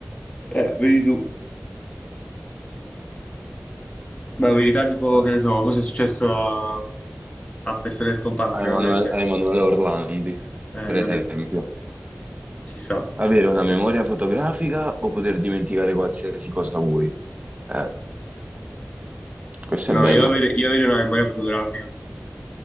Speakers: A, on the left (about 25°); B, on the right (about 30°).
A: Eh, vedi tu. Ma in verità, tipo,
B: eh,
A: che ne so, cosa è successo a, a persone scomparse,
B: a Emanuele,
A: una cosa del genere.
B: a Emanuele Orlandi,
A: Eh,
B: per
A: capito?
B: esempio.
A: Ci sta.
B: Avere una memoria fotografica o poter dimenticare qualsiasi cosa vuoi? Eh, questa
A: No,
B: è bella,
A: io avere, io avere una memoria fotografica.